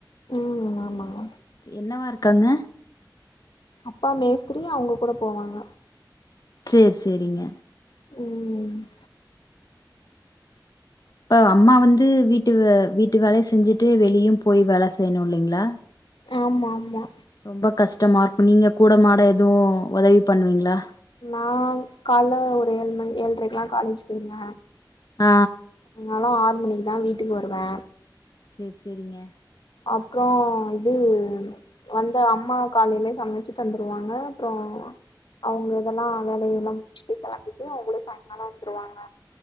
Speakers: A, on the left; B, on the left.
A: ம் ஆமாங்க
B: சேரி என்னவா இருக்காங்க
A: அப்பா மேஸ்த்ரி அவ்ங்க கூட போவாங்க
B: சேரி சேரிங்க
A: ம் ம்
B: இப்ப அம்மா வந்து வீட்டு வே வீட்டு வேலையு செஞ்சுட்டு வெளியு போய் வேல செய்யணு இல்லைங்ளா
A: ஆமாம்மா
B: ரொம்ப கஷ்டமா இருக்கு நீங்க கூட மாட எதுவு ஒதவி பண்ணுவீங்ளா
A: நான் கால்ல ஒரு ஏழு மணி ஏழ்ரைக்குலா காலேஜ் போயிருவே
B: ஆ
A: அதனால ஆறு மணிக்கு தா வீட்டுக்கு வருவே
B: சேரி சேரிங்க
A: அப்றோ இது வந்து அம்மா காலைலே சமைச்சு தந்துருவாங்க அப்றோ அவ்ங்க இதெல்லா வேலையெல்லா முடிச்சுட்டு கெளம்பிட்டு அவ்ங்களு சாய்ங்கால வந்துருவாங்க